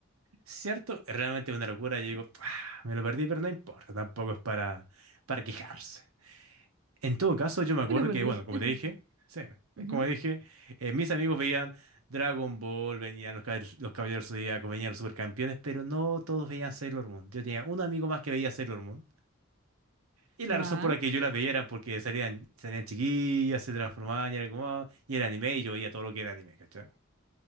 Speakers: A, on the right (about 85°); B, on the right (about 60°).
A: ¿Cierto? Es realmente una locura. Yo digo, "Ah, me lo perdí, pero no importa, tampoco es para, para quejarse. En todo caso,
B: <laughs>
A: yo me acuerdo
B: Yo lo perdí.
A: que, bueno, como
B: <laughs>
A: te dije, sí,
B: Ujú,
A: como dije, eh, mis amigos veían Dragon Ball, venían los, Caballeros- los Caballeros Zodíacos, venían los Supercampeones, pero no todos veían Sailor Moon. Yo tenía un amigo más que veía Sailor Moon. Y la
B: Ya,
A: razón por la que yo las veía era porque salían, salían chiquillas, se transformaban y era como, ah, y era anime y yo veía todo lo que era anime, ¿cachai?